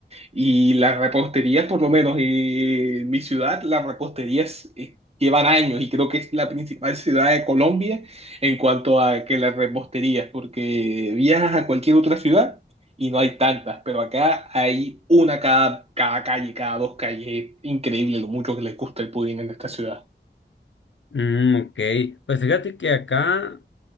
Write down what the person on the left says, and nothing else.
Mm, ok. Pues fíjate que acá